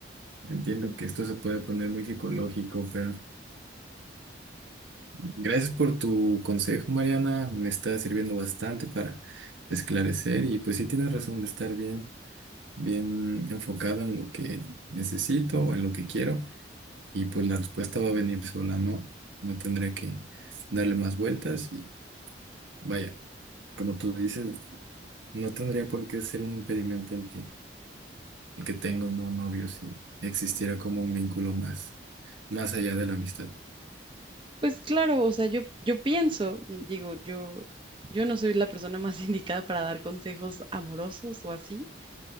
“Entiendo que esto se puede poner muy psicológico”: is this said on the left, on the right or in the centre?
Right